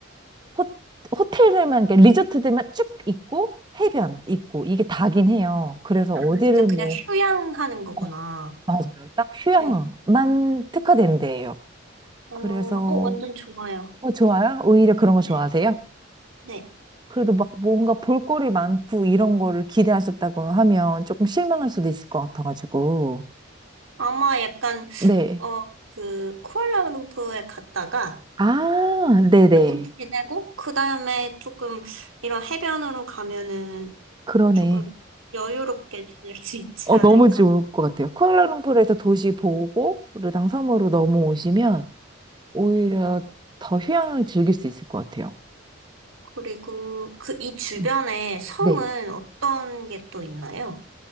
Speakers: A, on the right; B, on the right.
A: 호, 호텔들만, 그러니까 리조트들만 쭉 있고 해변 있고 이게 다긴 해요. 그래서
B: 아,
A: 어디를
B: 진짜 그냥
A: 뭐,
B: 휴양하는 거구나.
A: 어, 맞아요. 딱 휴양만
B: 네.
A: 특화된 데예요.
B: 어,
A: 그래서
B: 어, 완전 좋아요.
A: 어, 좋아요? 오히려 그런 거
B: 네.
A: 좋아하세요?
B: 네.
A: 그래도 막 뭔가 볼거리 많고 이런 거를 기대하셨다고 하면 조금 실망할 수도 있을 것 같아가지고.
B: 아마 약간
A: 네.
B: 어, 그 쿠알라룸푸르에 갔다가
A: 아, 네네.
B: 조금 지내고 그 다음에 조금 이런 해변으로 가면은
A: 그러네.
B: 조금 여유롭게 지낼 수 있지
A: 어,
B: 않을까?
A: 너무 좋을 것 같아요. 쿠알라룸푸르에서 도시 보고 르당 섬으로 넘어오시면 오히려 더 휴양을 즐길 수 있을 것 같아요.
B: 그리고 그 이 주변에
A: 음.
B: 섬은
A: 네.
B: 어떤 게 또 있나요?